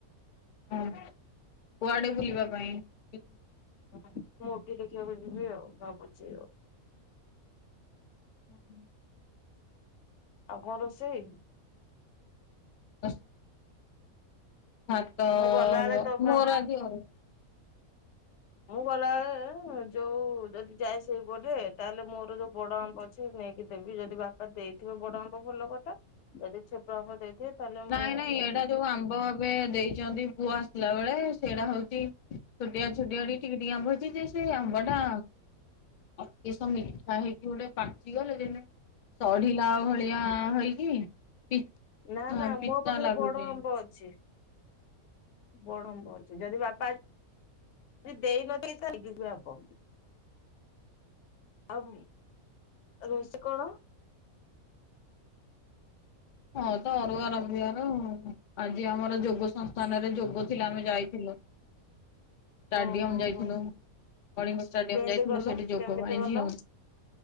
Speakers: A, on the left; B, on the left.
A: ହଁ କୁଆଡେ ବୁଲିବା ପାଇଁ। ହ। <unintelligible>
B: ହ ମୁଭି ଦେଖିବାକୁ ଯିବି ଆଉ ଭାବୁଛି ଆଉ।
A: ହୁଁ।
B: ଆଉ କଣ ରୋଷେଇ।
A: ହଁ ଭାତ
B: ମୁଁ
A: ହେବ
B: ଗଲାବେଳେ ତୋ ପାଇଁ
A: ମୋର ଆଜି ଆଉ।
B: ମୁଁ ଗଲାବେଳେ ଯୋଉ ଯଦି ଯାଏ ସେଇପଟେ ତାହେଲେ ମୋର ଯୋଉ ବଡ ଆମ୍ୱ। କି ନେଇକି ଦେବି ଯଦି ବାପା ଦେଇଥିବ ବଡ ଆମ୍ବ ଭଲ କଥା ଯଦି ଛୋଟ ଆମ୍ବ ଦେଇଥିବେ ତାହେଲେ ମୁଁ
A: ନାଇଁ ନାଇଁ
B: ନେଇକି
A: ଏଇଟା
B: ଯିବି।
A: ଯୋଉ ଆମ୍ବ ଏ ଦେଇଛନ୍ତି ପୁଅ ଆସିଲା ବେଳେ ସେଇଟା ହଉଛି ଛୋଟିଆ ଛୋଟିଆଟି ଟିକେ ଟିକେ ଆମ୍ବ ହେଇଛି ଯେ ସେ ଆମ୍ବ ଟା ଆଉ ଏସ ମିଠା ହେଇକି ଗୋଟେ ପାଚିଗଲେ ଯେମୀ ସଢ଼ିଲା ଭଳିଆ ହେଇକି ପି
B: ନା ନା
A: ପିତା
B: ମୋ ପାଖରେ
A: ଲାଗୁଛି।
B: ବଡ ଆମ୍ବ ଅଛି ବଡ ଆମ୍ବ ଅଛି ଯଦି ବାପା ଯ ଦେଇନଥ ତ ଆ ହବ <unintelligible> ଆଉ ରୋଷେଇ କଣ
A: ହଁ ତ ଅରୁଆ ରବିବାର ଆଜି ଆମର ଯୋଗ ସଂସ୍ଥାନରେ ଯୋଗ ଥିଲେ ଆମେ ଯାଇଥିଲୁ
B: <inaudible>
A: ଷ୍ଟାଡିୟମ
B: ଓହୋ
A: ଯାଇଥିଲୁ
B: ହୋ
A: କଳିଙ୍ଗ ଷ୍ଟାଡିୟମ
B: କେମିତି
A: ଯାଇଥିଲୁ
B: କଲ?
A: ସେଠି ଯୋଗ
B: କେମିତି
A: ଭାଇ
B: କଲ?
A: ଝିଅ